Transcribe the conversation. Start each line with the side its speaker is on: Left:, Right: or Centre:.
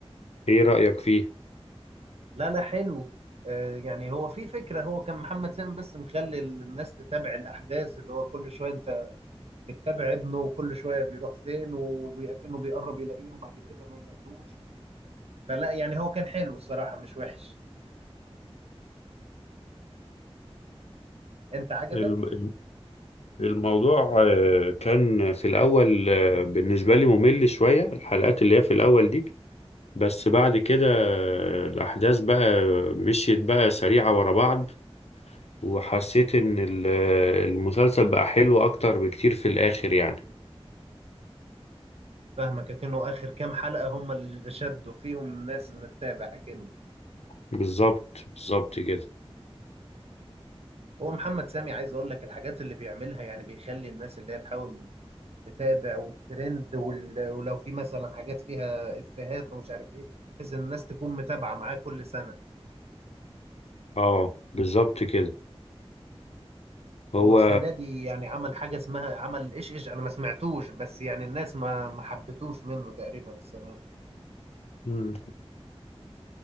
Left: ايه رأيك فيه
Right: لا لا حلو آه، يعني هو في فكرة هو كان محمد سامي بس مخلي الناس تتابع الأحداث اللي هو كل شوية أنت بتتابع ابنه وكل شوية بيروح فين وكأنه بيقرب يلاقيه وبعد كده ما يلاقيهوش فلا يعني هو كان حلو الصراحة مش وحش أنت عجبك؟
Left: الم- الم- الموضوع آه، كان في الأول آه، بالنسبة لي ممل شوية الحلقات اللي هي في الأول دي بس بعد كده الأحداث بقى مشيت بقى سريعة ورا بعض وحسيت إن ال- المسلسل بقى حلو أكتر بكتير في الآخر يعني
Right: فاهمك أكنه آخر كام حلقة هم اللي شدوا فيهم الناس إن تتابع أكنه
Left: بالظبط بالظبط كده
Right: هو محمد سامي عايز أقول لك الحاجات اللي بيعملها يعني بيخلي الناس اللي هي تحاول تتابع والترند وال... ولو في مثلا حاجات فيها افيهات ومش عارف ايه بحيث ان الناس تكون متابعه معاه كل سنه
Left: اه بالظبط كده هو
Right: هو السنه دي يعني عمل حاجه اسمها عمل ايش ايش انا ما سمعتوش بس يعني الناس ما ما حبتوش منه تقريبا السنه دي
Left: مم.